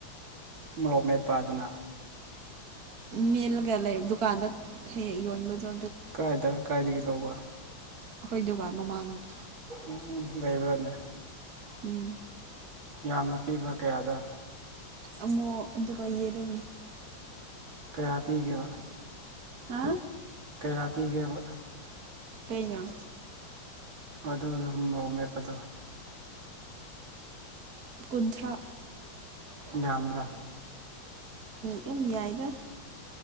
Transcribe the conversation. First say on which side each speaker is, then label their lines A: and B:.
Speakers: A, on the right; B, on the right.
A: ꯃꯣꯔꯣ ꯃꯦꯠꯄ ꯑꯗꯨꯅ
B: ꯃꯦꯜꯂꯒ ꯂꯩ ꯗꯨꯀꯥꯟꯗ ꯌꯣꯟꯕꯗ
A: ꯀꯥꯏꯗ ꯀꯥꯏꯗꯒꯤ ꯂꯧꯕ
B: ꯑꯩꯈꯣꯏ ꯗꯨꯕꯥ ꯃꯃꯥꯡꯗ
A: ꯎ ꯂꯩꯕꯤꯔꯅꯦꯦ
B: ꯎꯝ
A: ꯌꯥꯝꯅ ꯄꯤꯕ꯭ꯔꯥ ꯀꯌꯥꯗ
B: ꯑꯃꯛ ꯑꯗꯨꯒ ꯌꯦꯔꯣ
A: ꯀꯌꯥ ꯄꯤꯒꯦꯕ
B: ꯍꯥ
A: ꯀꯌꯥ ꯄꯤꯒꯦꯕ
B: ꯀꯩꯅꯅ
A: ꯑꯗꯨ ꯑꯗꯨꯝꯑꯣ ꯃꯦꯞꯄꯗꯣ
B: ꯀꯨꯟꯊ꯭ꯔꯥ
A: ꯝ꯭ꯔ <unintelligible> <inaudible>
B: ꯂꯩꯌꯥꯥꯏꯗ